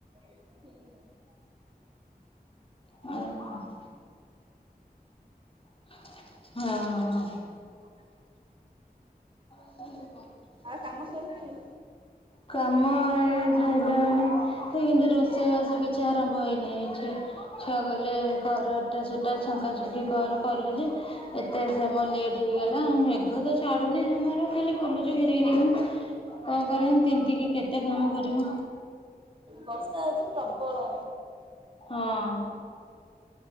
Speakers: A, on the right (about 30°); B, on the left (about 35°).
A: ହୁଁ।
B: ହଁ ହଁ।
A: ହ
B: <inaudible>
A: ଆଉ କାମ ସରିଲାଣି?
B: କାମ ହୋଇସାରିଲାଣି ସେ କିନ୍ତୁ ରୋଷେଇ ବାସ କିଛି ଆରମ୍ଭ ହେଇନି ଏ ଯାଏ। ଛୁଆ କଲେ ଘରଟା ସେଟା ଛେଙ୍କା ଛୁଙ୍କୀ କଲି ଯେ ଏତେ ସେ ମୋର ଲେଟ୍ ହେଇଗଲା ମେଘ ତ ଛାଡୁନି ଜମାରୁ ଖାଲି ବୁଲୁଛୁ ଘିରି ଘିରି କିନୀ। କଣ କରିବା ତିନ୍ତିକି କେତେ କାମ କରିବୁ?
A: ବର୍ଷା ହଉଛି ପ୍ରବଳ।
B: ହଁ।